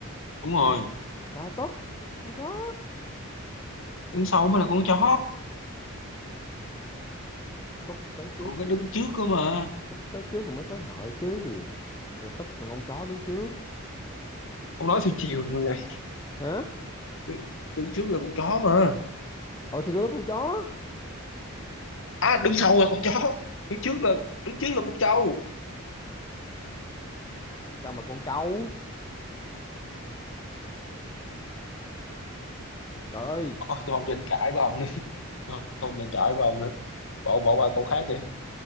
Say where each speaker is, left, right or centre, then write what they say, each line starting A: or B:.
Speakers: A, on the left; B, on the left.
A: đúng rồi
B: là tức con chó
A: đứng sau mới là con chó
B: tức tới trước
A: còn cái đứng trước cơ mà
B: tức tới trước rồi mới tới hợi chứ là tức là con chó đứng trước
A: ông nói theo chiều rồi vậy
B: hả
A: đứng, đứng trước là con chó mà
B: ờ thì tôi nói con chó
A: à đứng sau là con chó đứng trước là đứng trước là con trâu
B: sao mà con trâu trời ơi
A: Ôi, tôi không tranh cãi với ông nữa <laughs> tôi không tranh cãi với ông nữa bỏ bỏ qua câu khác đi